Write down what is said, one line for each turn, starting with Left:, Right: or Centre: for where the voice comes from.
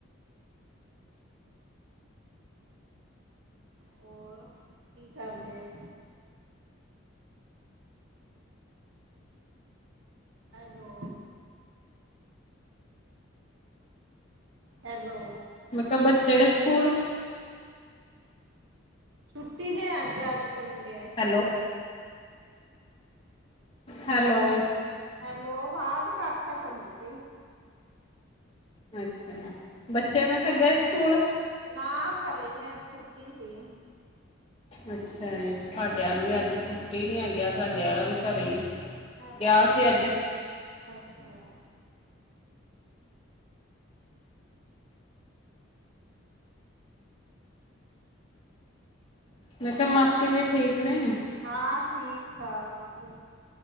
Right: ਹੋਰ ਕੀ ਕਰਦੇ ਹੋ। ਹੈਲੋ। ਹੈਲੋ।
Left: ਮੈਂ ਕਿਹਾ ਬੱਚੇ ਗਏ ਸਕੂਲ
Right: ਛੁੱਟੀ ਨੇ, ਅੱਜ- ਅੱਜ ਪੜਨਗੇ।
Left: ਹੈਲੋ। ਹੈਲੋ।
Right: ਹੈਲੋ, ਹਾਂ ਆਵਾਜ਼ ਘੱਟ, ਘੱਟ ਆਉਂਦੀ ਪਈ।
Left: ਅੱਛਾ, ਬੱਚੇ ਮੈਂ ਕਿਹਾ ਗਏ ਸਕੂਲ।
Right: ਨਾ, ਘਰੇ ਨੇ ਅਜ ਛੁੱਟੀ ਸੀ।
Left: ਅੱਛਾ ਜੀ, ਸਾਡਿਆਂ ਨੂੰ ਵੀ ਅੱਜ ਛੁੱਟੀ ਨੀ ਹੈਗੀ ਅੱਜ। ਸਾਡੇ ਆਲਾ ਵੀ ਘਰੇ ਹੀ,
Right: ਅੱਛਾ
Left: ਗਿਆ ਸੀ ਅੱਜ।
Right: ਅੱਛਾ।
Left: ਮੈਂ ਕਿਹਾ ਮਾਸੀ ਜੀ ਠੀਕ ਨੇ।
Right: ਹਾਂ, ਠੀਕ- ਠਾਕ ਵਧੀਆ।